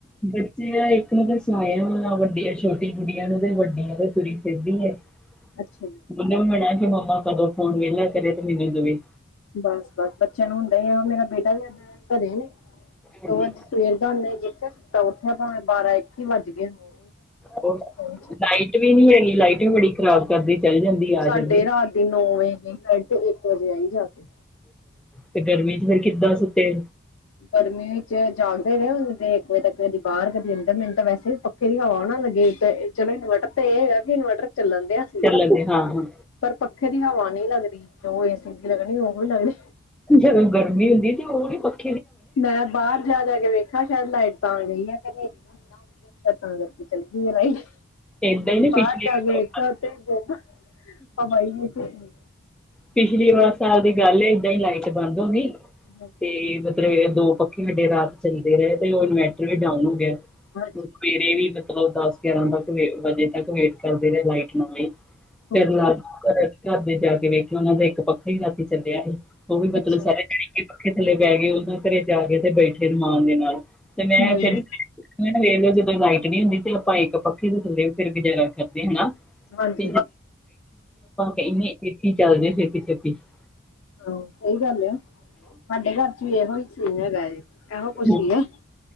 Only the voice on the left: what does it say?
ਅੱਛਾ ਜੀ।
ਬਸ ਬਸ ਬੱਚਿਆਂ ਨੂੰ ਹੁੰਦਾ ਹੀ ਮੇਰਾ ਬੇਟਾ ਵੀ ਅੱਜ ਘਰੇ ਨੇ।
ਸਗੋ ਅਜ ਸਵੇਰ ਦਾ ਹੇ ਜਿੱਥਾ ਸੁੱਤਾ ਉੱਠਿਆ ਭਾਵੇ ਬਾਰਾਂ ਇੱਕੀ ਵੱਜ ਗਏ ਉਹ
<unintelligible>
ਸਾਡੇ
ਰਾਤ ਦੀ ਨੌ ਵਜੇ ਗਈ ਲਾਈਡ ਤੇ ਇੱਕ ਵਜੇ ਆਈ ਜਾ ਕੇ।
ਗਰਮੀ ਵਿੱਚ ਜਾਗਦੇ ਰਹੇ ਦੇ ਤੇ ਇੱਕ ਵਜੇ ਤੱਕ ਕਦੀ ਬਾਹਰ ਕਦੇ ਅੰਦਰ ਮਿੰਨਟ ਤਾਂ ਵੈਸੇ ਵੀ ਪਖੇ ਦੀ ਹਵਾ ਵੀ ਨਾ ਲੱਗੇ ਤੇ ਚਲੋ ਇਨਵਰਟਰ ਤੇ ਇਹ ਹੈਗਾ ਵੀ ਇਨਵਰਟਰ ਚੱਲਣ ਡਿਆ ਸੀ।
ਪਰ ਪੱਖੇ ਦੀ ਹਵਾ ਨਹੀਂ ਲੱਗਦੀ ਜੋ ਏ ਸੀ ਦੀ ਲੱਗਣੀ ਉਹ ਵੀ ਲੱਗਦੀ।
ਮੈਂ ਬਾਹਰ ਜਾ ਜਾ ਕੇ ਵੇਖਾ ਸ਼ਾਇਦ ਲਾਈਟ ਤਾਂ ਗਈ ਆ ਹਨੇਰੀ ਨਾ ਆ ਗਈ ਹੋਏ ਸ਼ਾਇਦ ਕਰਕੇ ਚਲੀ ਗਈ ਆ ਲਾਈਟ
ਬਾਹਰ ਜਾ ਕੇ ਦੇਖਿਆ ਉਥੇ ਹਵਾ ਹੀ ਨਹੀ ਸੀ।
ਹੈ ਜੀ।
ਹਾਂਜੀ,
ਹਾਂਜੀ
ਅੱਛਾ
ਹੂੰ।
ਹਾਂਜੀ
ਹਾਂ ਸਈ ਗੱਲ ਏ ਹਾਡੇ ਘਰ 'ਚ ਵੀ ਇਹੋ ਈ ਚੀਜ਼ ਹੈਗਾ ਏ। ਐਹੋ ਕੁਛ
ਈ ਐ।